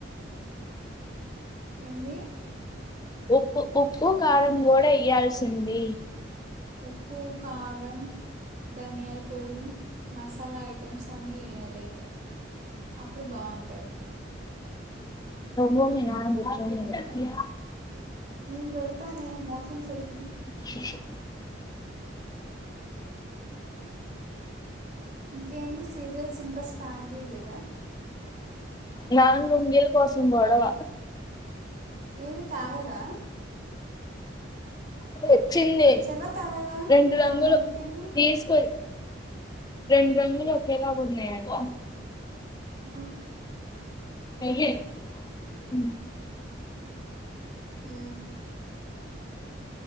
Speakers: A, on the right (about 40°); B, on the left (about 20°).
A: ఏంది
B: ఉప్పు ఉప్పు కారం కూడా ఇయ్యాల్సింది
A: ఉప్పు కారం ధనియాల్ పొడి మసాలా ఐట్ టమ్స్ అన్నీ వేయాలి అయితే అప్పుడు బాగుంటుంది
B: నువ్వు మీ నాన్న కూర్చుని తినండి
A: నీక్ పెడతానేే మోషన్స్ యితే
B: శషం
A: ఇంకేంది సీరియల్స్ ఇంకా స్టార్ట్ చేయలేదా
B: నాన్న లుంగి ల కోసం గొడవ
A: ఏది తాలేదా
B: తెచ్చింది
A: తెచ్చారా తేలేదా
B: రెండు
A: ఆ,
B: రంగులు
A: మరి ఇంకేంది
B: తీసుకొ రెండు రంగులు ఒకేలాగా ఉన్నాయంట
A: ఉ
B: ఐఏ ఉ
A: ఉ